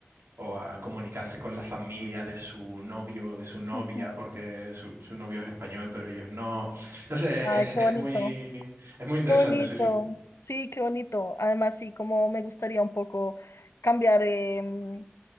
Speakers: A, on the right; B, on the left.
A: o a comunicarse con la familia de su novio, o de su novia,
B: ujú.
A: porque su, su novio es español, pero ellos no. No sé,
B: Ay,
A: es,
B: qué bonito,
A: es muy, es muy interesante,
B: qué bonito.
A: sí, sí, sí.
B: Sí, qué bonito. Además, sí, como me gustaría un poco cambiar, em,